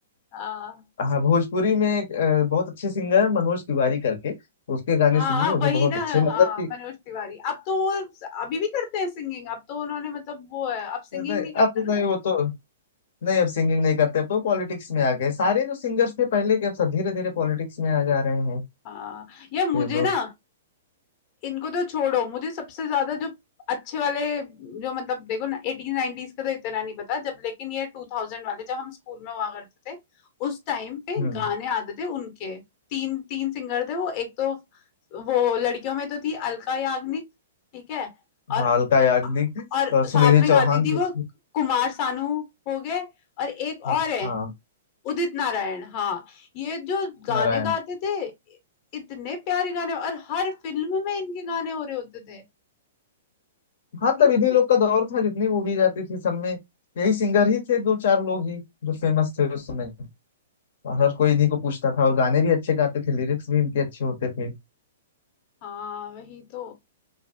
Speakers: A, on the left (about 40°); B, on the left (about 65°).
A: हाँ
B: हाँ भोजपुरी में एक अ, बहुत अच्छे सिंगर है मनोज तिवारी करके उसके गाने
A: हाँ
B: सुनिए वो भी
A: वही
B: बहुत
A: ना
B: अच्छे मतलब
A: हाँ
B: कि
A: मनोज तिवारी अब तो वो अभी भी करते हैं सिंगिंग अब तो उन्होंने मतलब वो है अब सिंगिंग
B: नहीं,
A: नहीं करते
B: अब तो
A: ना
B: नहीं
A: वो
B: वो तो नहीं अब सिंगिंग नहीं करते अब तो पॉलिटिक्स में आ गए सारे जो सिंगर्स थे पहले के अब सब धीरे धीरे पॉलिटिक्स में आ जा रहे हैं
A: हाँ यार मुझे
B: ये लोग
A: ना इनको तो छोड़ो मुझे सबसे ज्यादा जो अच्छे वाले जो मतलब देखो ना एटीन नाइनटीज का तो इतना नहीं पता जब लेकिन ये टू थाउजेंड वाले जब हम स्कूल में हुआ करते थे उस टाइम पे
B: हम्म
A: गाने आते थे उनके तीन तीन सिंगर थे वो एक तो वो लड़कियों में तो थी अलका याग्निक ठीक है और
B: हाँ अलका याग्निक
A: और
B: और सुनिधि
A: साथ में गाती
B: चौहान
A: थी
B: भी
A: वो
B: थी
A: कुमार सानू हो गए और एक
B: हाँ
A: और है
B: हाँ
A: उदित नारायण हाँ ये जो गाने
B: नारायण
A: गाते थे इतने प्यारे गाने और हर फिल्म में इनके गाने हो रहे होते थे
B: हाँ
A: नहीं
B: तब इन्हीं
A: होते
B: लोग का दौर था जितनी मूवीज आती थी सब में यही सिंगर ही थे दो चार लोग ही जो फेमस थे उस समय और हर कोई इन्हीं को पूछता था और गाने भी अच्छे गाते थे लिरिक्स भी इनके अच्छे होते थे
A: हाँ वही तो